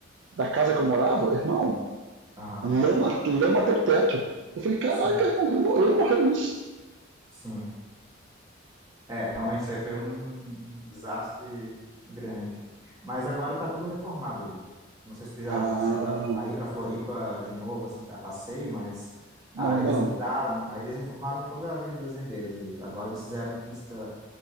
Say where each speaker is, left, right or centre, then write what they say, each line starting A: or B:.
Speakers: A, on the right; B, on the right.
A: da, casa que eu morava, irmão,
B: aham,
A: lama, lama até o teto. Eu falei, caraca,
B: Sim,
A: irmão, eu, eu ia morrer nisso.
B: sim. É, realmente isso aí foi um, um desastre grande. Mas agora tá tudo reformado ali. Não sei se tu já
A: Ah,
B: chegou a a ir pra Floripa de novo, assim, a passeio, mas
A: não,
B: ah,
A: ainda
B: eles
A: não.
B: mudaram, ah, eles reformaram toda a Avenida das Rendeiras ali. Agora eles fizeram pista,